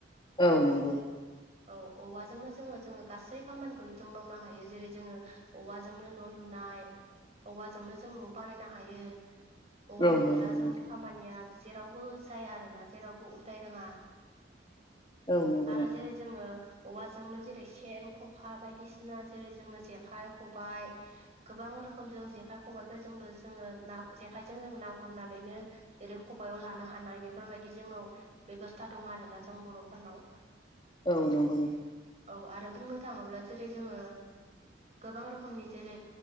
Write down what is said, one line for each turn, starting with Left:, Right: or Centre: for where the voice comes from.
Left: औ नोंगौ
Right: औ औवाजोंनो जोङो जोङो गासै खामानिखौनो जों मावनो हायो जेरै जोङो औवाजोंनो न लुनाय औवाजोंनो जों न बानायनो हायो औवा
Left: औ
Right: नङाब्ला
Left: नंगौ नोंथां
Right: जोंनि खामानि निया जेरावबो जाया आरो ना जेरावबो उदाय रोङा
Left: औ नंगौ
Right: आरो
Left: नोंथां
Right: जेरै जोङो औवाजोंनो जेरै सेन खखा बायदिसिना जेरै जोङो जेखाइ खबाय गोबां रोखोम जों जेखाइ खबाइफोरजोंबो जोङो ना जेखायजों जों ना गुरनानैनो जेरै खबायाव लानो हानाय बेफोरबायदि जोंनाव बेबस्था दं आरोना जों बर फोरनाव
Left: औ नंगौ नों
Right: औ आरो बुंनो थाङोब्ला जेरै जोङो गोबां रोखोमनि जेरै